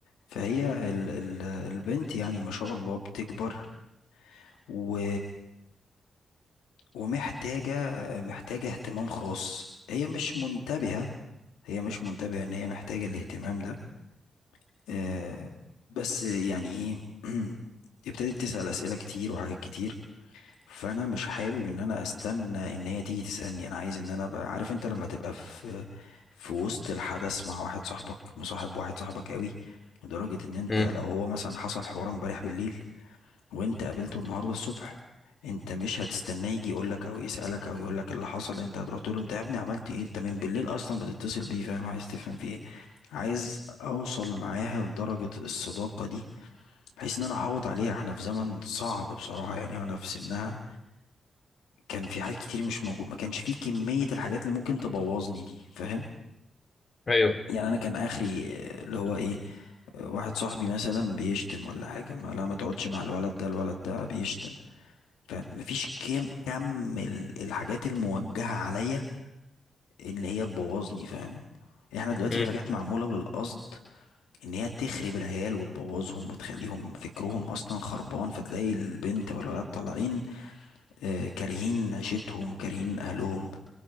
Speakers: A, on the left; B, on the left.
A: فهي ال ال البنت يعني ما شاء الله بتكبر و ومحتاجة محتاجة اهتمام خاص هي مش منتبهة هي مش منتبهة ان هي محتاجة الاهتمام ده آه، بس يعني ايه <clears throat> ابتدت تسأل أسئلة كتير وحاجات كتير فانا مش حابب ان انا استنى ان هي تيجي تسألني انا عايز ان انا ابقى عارف انت لما تبقى في في وسط الحدث مع واحد صاحبك مصاحب واحد صاحبك قوي لدرجة ان انت
B: امم
A: لو هو مثلا حصل حوار امبارح بالليل وانت قابلته النهارده الصبح انت مش هتستناه يجي يقولك او يسألك او يقولك إيه اللي حصل انت هتروح تقول له انت يا ابني عملت ايه انت من بالليل اصلا بتتصل بيه فاهم عايز تفهم في ايه عايز اوصل معاها لدرجة الصداقة دي بحيث ان انا احوط عليها احنا في زمن صعب بصراحة يعني انا في سنها كان في حاجات كتير مش موجود ما كانش فيه كمية الحاجات اللي ممكن تبوظني دي فاهم
B: ايوه
A: يعني انا كان اخري آه، اللي هو ايه آه، واحد صاحبي مثلا بيشتم ولا حاجة ما لا ما تقعدش مع الولد ده الولد ده بيشتم فمفيش كام كم ال- الحاجات الموجهة عليا ان هي تبوظني فاهم احنا دلوقتي
B: امم
A: في حاجات معمولة بالقصد ان هي تخرب العيال وتبوظهم وتخليهم فكرهم اصلا خربان فتلاقي البنت والولد طالعين آه، كارهين عيشتهم وكارهين اهلهم